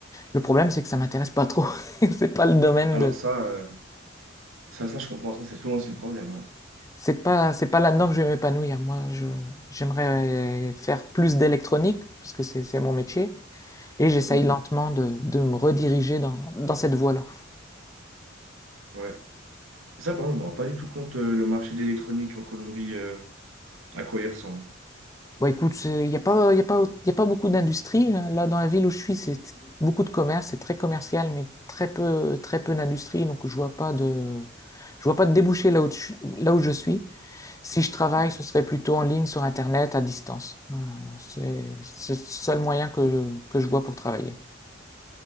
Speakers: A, on the left (about 15°); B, on the right (about 85°).
A: Le problème, c'est que ça m'intéresse pas trop. <laughs> C'est pas le domaine
B: Alors,
A: de
B: ça, euh, ça, ça, je comprends. Ça, c'est souvent aussi le problème, ouais.
A: C'est pas, c'est pas là-dedans que je vais m'épanouir. Moi, je, j'aimerais faire plus d'électronique, parce que c'est, c'est mon métier, et j'essaye
B: Mhm.
A: Mm. lentement de, de me rediriger dans, dans cette voie-là.
B: Ouais. Mais ça, par contre, je me rends pas du tout compte euh, le marché d'électronique en Colombie, euh, à quoi il ressemble.
A: Bon, écoute, il n'y a pas, y a pas, y a pas beaucoup d'industrie. hein. Là, dans la ville où je suis, c'est beaucoup de commerce, c'est très commercial, mais très peu, très peu d'industrie, donc je vois pas de, je vois pas de débouché là où, je là où je suis. Si je travaille,
B: Ouais.
A: ce serait plutôt en ligne, sur Internet, à distance. Euh, c'est, c'est le seul moyen que je, que je vois pour travailler.